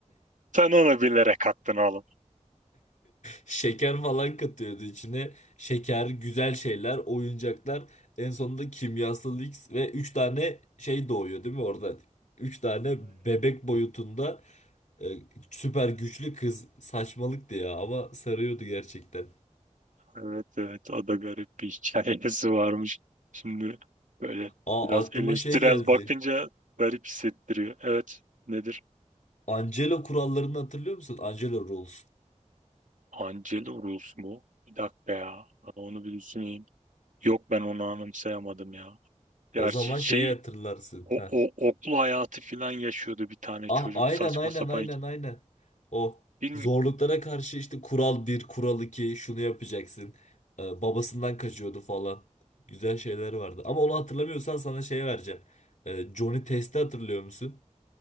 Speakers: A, on the right; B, on the left.
A: Sen onu bilerek attın oğlum.
B: Şeker falan katıyordu içine. Şeker, güzel şeyler, oyuncaklar. En sonunda kimyasal X ve 3 tane şey doğuyor değil mi oradan? 3 tane bebek boyutunda e, süper güçlü kız. Saçmalıktı ya ama sarıyordu gerçekten.
A: Evet evet o da garip bir hikayesi varmış. Şimdi böyle
B: Aa
A: biraz
B: aklıma
A: eleştirel
B: şey geldi.
A: bakınca garip hissettiriyor. Evet nedir?
B: Angelo kurallarını hatırlıyor musun? Angelo Rules.
A: Angelo Rus mu? Bir dakika ya. Ben Onu bir düşüneyim. Yok ben onu anımsayamadım ya. Gerçi
B: O zaman
A: şey
B: şeyi hatırlarsın.
A: o,
B: Heh.
A: o okul hayatı filan yaşıyordu bir tane
B: Ah
A: çocuk
B: aynen
A: saçma
B: aynen
A: sapan.
B: aynen aynen. O
A: Bilmiyorum.
B: zorluklara karşı işte kural bir, kural iki, şunu yapacaksın. Ee, babasından kaçıyordu falan. Güzel şeyler vardı. Ama onu hatırlamıyorsan sana şey vereceğim. Ee, Johnny Test'i hatırlıyor musun?